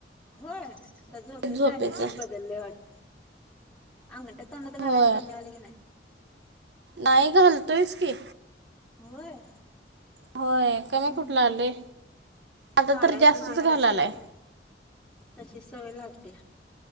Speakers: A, in the centre; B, on the right.
A: होय आ झोपे
B: झोपेचं
A: टायमिंग वी बदलले वाटत अंगठा तोंडात घालायचं
B: होय
A: कमी आलय का नाही
B: नाही घालतोयस की
A: होय
B: होय कमी
A: हम्म
B: कुठ आला आता
A: काढायचंच
B: तर जास्तच
A: हे
B: घाण
A: सवय
B: आले
A: तशी सवय लागते